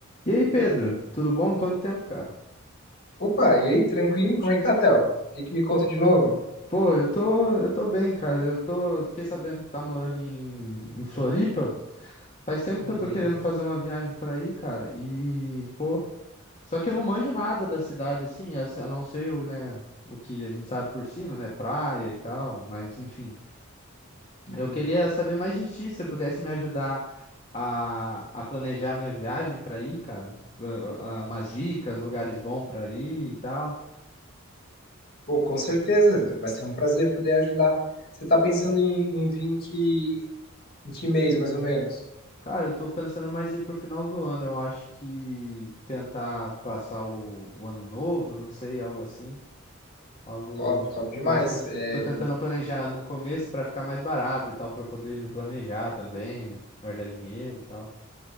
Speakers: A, on the left; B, on the left.
A: E aí, Pedro, tudo bom? Quanto tempo, cara?
B: Opa, e aí, tranquilo? Como é que tá, Théo? O que que me conta
A: Pô,
B: de novo?
A: pô, eu tô, eu tô bem, cara. Eu tô, eu fiquei sabendo que tá morando em, em Floripa. Faz tempo
B: Uhum,
A: que eu tô querendo fazer uma viagem pra aí, cara. E, pô, só que eu não manjo nada da cidade assim, a a não ser o, né, o que a gente sabe por cima, né, praia e tal, mas enfim.
B: sim.
A: Eu queria saber mais de ti, se você pudesse me ajudar a, a planejar minha viagem pra aí, cara. Pra, a- umas dicas, lugares bons pra ir e tal.
B: Pô, com certeza, vai ser um prazer poder ajudar. Você tá pensando em, em vir em que, em que mês, mais ou menos?
A: Cara, eu tô pensando mais ir pro final do ano. Eu acho que tentar passar o, o ano novo, não sei, algo assim. Algo
B: Top, top demais.
A: mais pro... fi-
B: É,
A: Tô tentando planejar no começo pra ficar mais barato e tal, pra eu poder me planejar também, guardar dinheiro e tal.